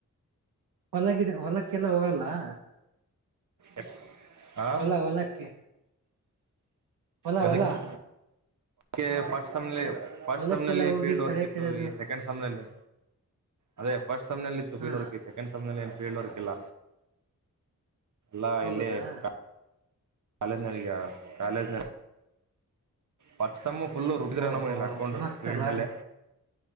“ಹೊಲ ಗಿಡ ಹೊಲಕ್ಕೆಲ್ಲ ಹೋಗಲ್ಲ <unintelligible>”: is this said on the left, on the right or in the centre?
Right